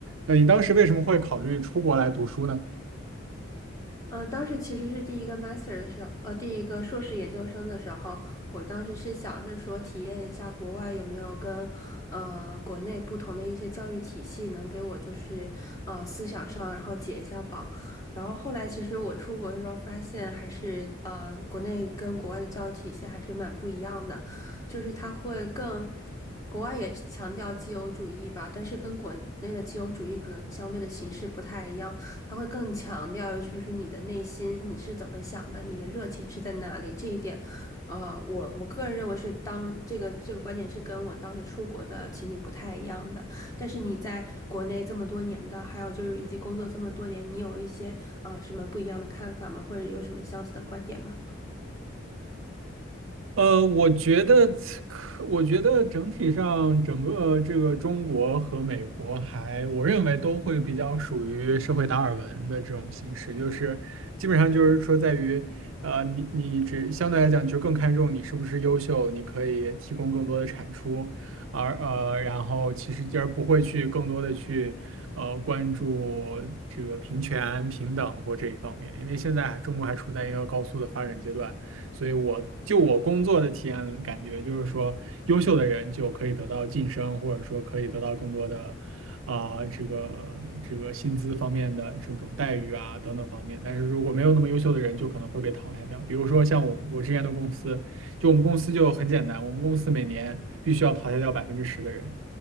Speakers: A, on the right; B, on the left.
A: 呃，你当时为什么会考虑出国来读书呢？
B: 呃，当时其实是第一个 master 的时候，呃，第一个硕士研究生的时候，我当时是想是说体验一下国外有没有跟呃国内不同的一些教育体系能给我就是呃思想上然后解一下绑，然后后来其实我出国的时候发现还是呃国内跟国外的教育体系还是蛮不一样的，就是它会更。国外也强调自由主义吧，但是跟国内的自由主义可能相对的形式不太一样。他会更强调就是你的内心，你是怎么想的，你的热情是在哪里这一点。呃，我我个人认为是当这个这个观点是跟我当时出国的情景不太一样的。但是你在国内这么多年的，还有就是以及工作这么多年，你有一些呃什么不一样的看法吗？或者有什么相似的观点吗？
A: 呃，我觉得可，我觉得整体上整个这个中国和美国还，我认为都会比较属于社会达尔文的这种形式，就是基本上就是说在于，呃，你你只相对来讲就更看重你是不是优秀，你可以提供更多的产出，而呃，然后其实而不会去更多的去呃关注这个平权、平等或这一方面，因为现在中国还处在一个高速的发展阶段。所以我就我工作的体验感觉就是说，优秀的人就可以得到晋升，或者说可以得到更多的啊、这个这个薪资方面的这种待遇啊等等方面。但是如果没有那么优秀的人，就可能会被淘汰掉。比如说像我我之前的公司，就我们公司就很简单，我们公司每年必须要淘汰掉百分之十的人。